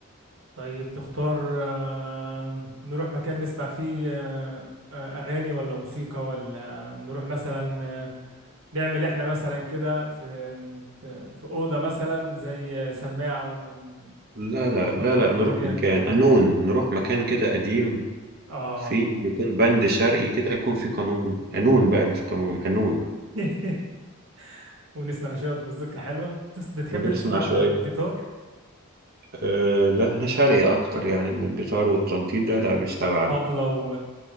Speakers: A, on the right; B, on the right.
A: طيب تختار آه، نروح مكان نسمع فيه آه، آه، أغاني ولا موسيقى ولا نروح مثلا آه، نعمل احنا مثلا كده في في في اوضه مثلا زي سماعه ونظبط
B: لا لا لا
A: الدنيا
B: لا نروح مكان قانون نروح مكان كده قديم
A: اه
B: في يكون بند شرعي كده يكون في قانون قانون بقى مش قانون قانون
A: <laughs> ونسمع شويه مزيكا حلوه تس- بتحب
B: بنسمع
A: تسمع
B: شوية
A: جيتار
B: أه لا احنا شرعي أكتر يعني من الجيتار والتنطيط ده لا مش تبعنا
A: طبلة